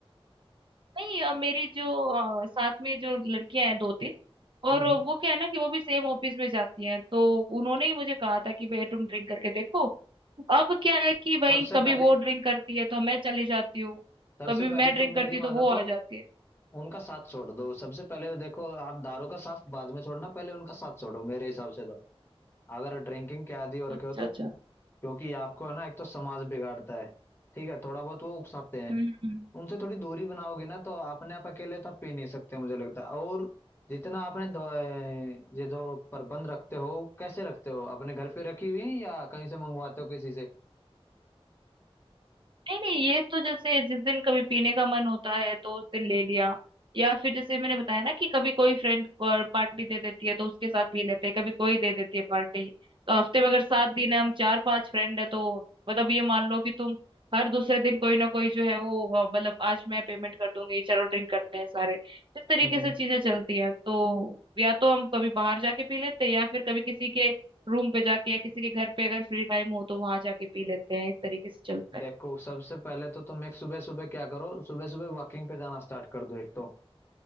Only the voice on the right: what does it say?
नहीं अ, मेरी जो अ, साथ में जो लड़कियां हैं दो तीन और
वो क्या है ना कि वो भी सेम ऑफिस में जाती हैं तो उन्होंने ही मुझे कहा था कि भैया तुम ड्रिंक करके देखो अब क्या है कि भाई
कभी
वो ड्रिंक करती है तो मैं चली जाती हूँ
कभी
मैं ड्रिंक
करती
हूँ तो
वो आ
जाती है
अच्छा
अच्छा
हम्म
नहीं नहीं ये तो जैसे जिस दिन कभी पीने का मन होता है तो उस दिन ले लिया या फिर जैसे मैंने बताया ना कि कभी कोई फ्रेंड पार्टी दे देती है तो उसके साथ पी लेते हैं कभी कोई दे देती है पार्टी तो हफ्ते में अगर सात दिन है हम चार पांच फ्रेंड है तो मतलब ये मान लो कि तुम हर दूसरे दिन कोई ना कोई जो है वो अ, मतलब आज मैं पेमेंट कर दूंगी चलो ड्रिंक करते हैं सारे इस तरीके
से चीजें चलती है तो या तो हम कभी बाहर जाके पी लेते हैं या फिर कभी किसी के रूम पे जाके या किसी के घर पे अगर फ्री टाइम हो तो वहां जाके पी लेते हैं इस तरीके से चलता
है